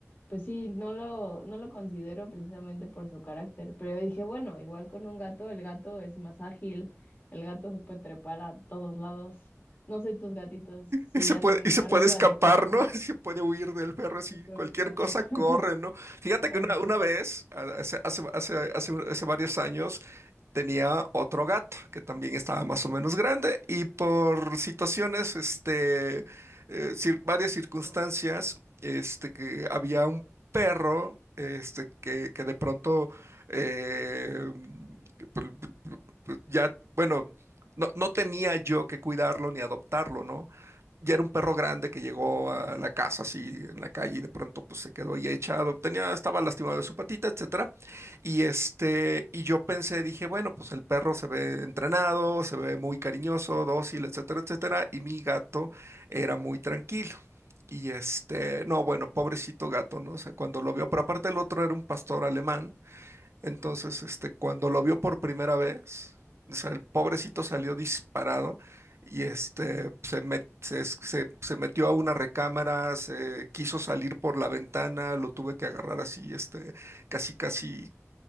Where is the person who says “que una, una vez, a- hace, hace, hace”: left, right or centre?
Right